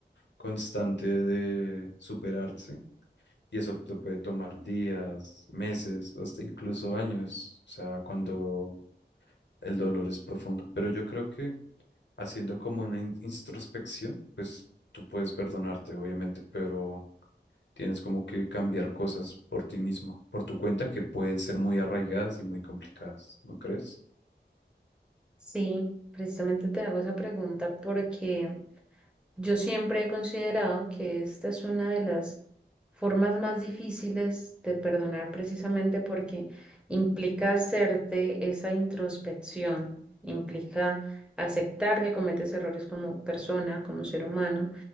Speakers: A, on the left; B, in the centre.
A: constante de superarse. Y eso te puede tomar días, meses, hasta incluso años, o sea, cuando el dolor es profundo. Pero yo creo que haciendo como una in- introspección, pues tú puedes perdonarte, obviamente, pero tienes como que cambiar cosas por ti mismo, por tu cuenta, que pueden ser muy arraigadas y muy complicadas, ¿no crees?
B: Sí, precisamente te hago esa pregunta porque Yo siempre he considerado que esta es una de las formas más difíciles de perdonar precisamente porque implica hacerte esa introspección, implica aceptar que cometes errores como persona, como ser humano,